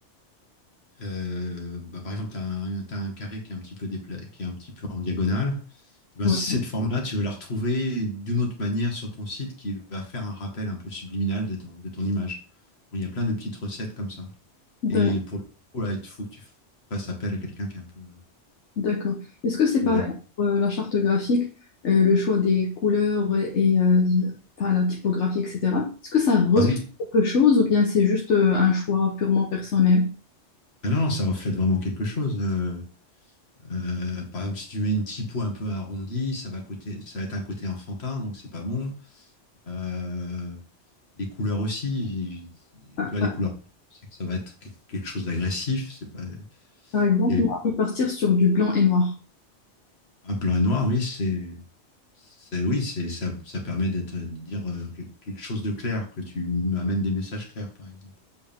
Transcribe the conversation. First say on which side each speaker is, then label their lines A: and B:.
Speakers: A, on the left; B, on the left.
A: Euh, bah, par exemple, tu as, un t'as un carré qui est un petit peu dépla- qui est un petit peu en diagonale. Eh ben,
B: Ouais.
A: cette forme-là, tu veux la retrouver d'une autre manière sur ton site qui va faire un rappel un peu subliminal de ton, de ton image. Bon, il y a plein de petites recettes comme ça.
B: D'a-
A: Et pour le coup, là, il faut que tu fasses appel à quelqu'un qui est un peu.
B: D'accord. Est-ce que c'est
A: Ouais.
B: pareil pour euh, la charte graphique, euh, le choix des couleurs et, et, euh, enfin, la typographie, etc. Est-ce que ça reflète
A: Ah oui,
B: quelque chose ou bien c'est juste euh, un choix purement personnel?
A: ah non, ça reflète vraiment quelque chose. Euh, euh, par exemple, si tu mets une typo un peu arrondie, ça va, côté, ça va être un côté enfantin, donc c'est pas bon. Euh, les couleurs aussi, tu
B: Par
A: vois,
B: par-
A: les couleurs, c'est que ça va être quelque chose d'agressif. C'est pas,
B: par exemple,
A: les-
B: on peut partir sur du blanc et noir.
A: Ah, blanc et noir, oui, c'est, c'est, oui, c'est, ça, ça permet d'être, de dire euh, que- quelque chose de clair, que tu amènes des messages clairs, par exemple.